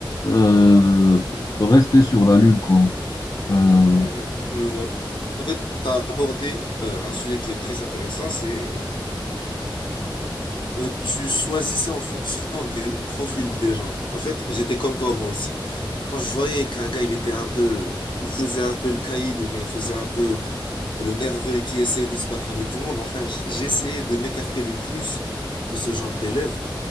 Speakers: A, on the left (about 45°); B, on the left (about 65°).
A: euh, rester sur la lune, quoi. Euh,
B: Mhm, je vois. En fait, tu as abordé euh, un sujet qui est très intéressant, c'est euh, euh, tu choisissais en fonction des profils des gens. En fait, j'étais comme toi moi aussi. Quand je voyais qu'un gars, il était un peu, il faisait un peu le caïd ou bien il faisait un peu le nerveux et qui essayait de se battre avec tout le monde, enfin, j- j'essayais de m'écarter le plus de ce genre d'élèves.